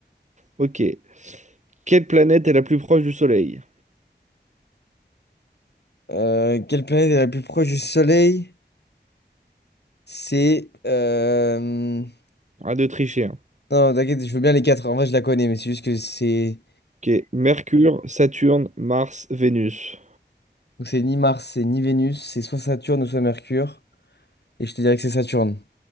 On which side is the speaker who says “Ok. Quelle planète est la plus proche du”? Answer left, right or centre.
Right